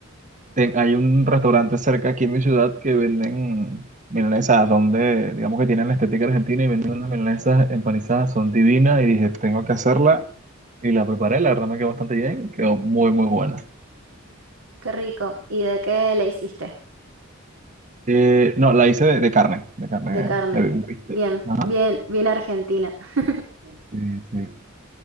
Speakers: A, on the right (about 40°); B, on the right (about 75°).
A: ten- hay un restaurante cerca aquí en mi ciudad que venden milanesas. Son de, digamos que tienen la estética argentina y venden unas milanesas empanizadas. Son divinas y dije, tengo que hacerla. Y la preparé, la verdad me quedó bastante bien. Quedó muy, muy buena.
B: qué rico. ¿Y de qué le hiciste?
A: Eh, no, la hice de, de carne, de carne,
B: De carne.
A: de un bistec.
B: Bien,
A: Ajá.
B: bien, bien argentina. <laughs>
A: Sí, sí.